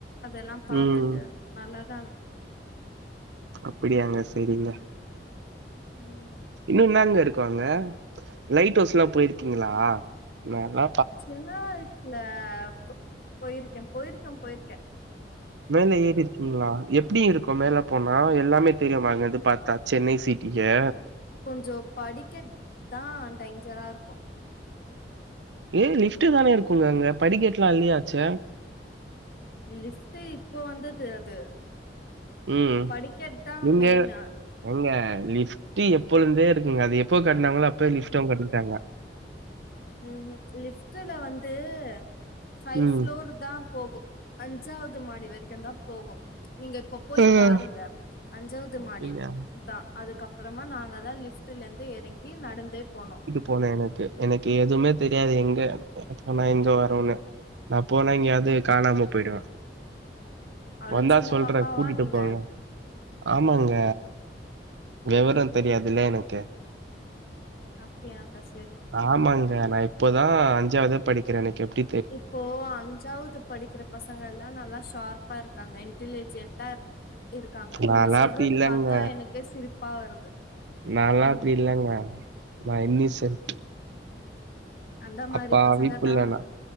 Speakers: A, on the left; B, on the right.
A: அதெல்லா பாத்துட்டு
B: ம்.
A: நல்லாதா இரு
B: அப்படியாங்க செரிங்க
A: ம்
B: இன்னு என்னாங்க இருக்கு அங்க லைட் ஹவுஸ்லா போயிருக்கீங்ளா நாலா
A: சின்ன வயசுல போ பொயிருக்கே பொயிருக்க பொயிருக்கே
B: மேலே ஏறி கிங்ளா எப்டி இருக்கும் மேல போனா எல்லாமே தெரியுமா அங்கருந்து பாத்தா சென்னை சிட்டிய
A: கொஞ்சோ படிக்கட் தா டைஞ்சரா இருக்கு
B: ஏ லிப்டு தானே இருக்குங்க அங்க படிக்கேட்லா அல்லியாச்சே
A: இங்க லிஃப்ட்டு இப்போ வந்தது அது
B: ம்
A: படிக்கட் தா
B: நீங்க
A: மெயினு
B: ஏங்க லிஸ்ட்ட் எப்போழுருந்தே இருக்குங்க அது எப் எப்போ கட்னாங்களோ அப்பேயே லிப்ட்டு கட்டிடாங்க
A: ம் ம் லிப்ட்டுல வந்து ஃபை
B: ம்
A: ஃப்ளோரு த்தா போகு அஞ்சாவது மாடி வரைக்குந்தா போகு நீங்க இப்ப போய்
B: ம்
A: பாருங்க அஞ்சாவது மாடி
B: அப்டியா
A: தா அதுக்கப் அப்பறமா நாங்கதா லிஃப்ட்ல இருந்து எறங்கி நடந்தே போனோ
B: போனே எனக்கு எனக்கு எதுவுமே தெரியாது எங்க ஆனா போனா எங்க வருனு நா போனா இங்கயாவது காணாம போய்டுவே
A: அவ்ளோ
B: வந்தா
A: சின்ன
B: சொல்றே
A: பாப்பாவா
B: கூட்டிட்டு
A: நீங்க
B: போங்க ஆமாங்க விவரோ தெரியாதுல்ல எனக்கு
A: அப்டியாங்க செரிங்க
B: ஆமாங்க நா இப்போதா அஞ்சாவது படிக்கிறே எனக்கு எப்டி
A: இப்போ அஞ் ஜாவுது படிக்கிற பசங்கெல்லா நல்லா ஷார்ப்பா இருக்காங்க இன்டலிஜென்டா இருக்காங்க
B: நான்லாம்
A: நீங்க சொல்றது
B: அப்படி இல்லங்க.
A: பாத்தா எனக்கு சிரிப்பா வருது
B: நாலா
A: ம்
B: அப்டி இல்லங்க நா இன்னிசெட்
A: அந்த மாரி
B: அப்பாவி
A: பசங்க
B: புள்ள
A: தா
B: நான்.